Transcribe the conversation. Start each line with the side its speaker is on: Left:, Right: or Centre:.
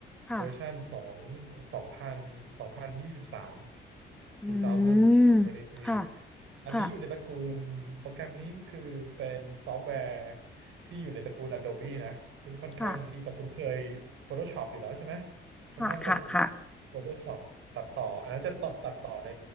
Centre: ค่ะ
Right: เวอร์ชันสองสองพันสองพันยี่สิบสาม2023
Centre: อืม
Right: องพันยี่สิบสาม
Centre: ค่ะ
Right: อันนี้อยู่ในตระกูลโปรแกรมนี้คือเป็นซอฟต์แวร์
Centre: ค่ะ
Right: ที่อยู่ในตระกูล Adobe นะซึ่งค่อนข้างที่จะคุ้นเคย
Centre: ค่ะ
Right: Photoshop อยู่แล้วใช่ไหมค่อนข้าง
Centre: ค่ะ ค่ะ ค่ะ
Right: Photoshop ตัดต่ออันนั้นจะตัดตัดต่อใน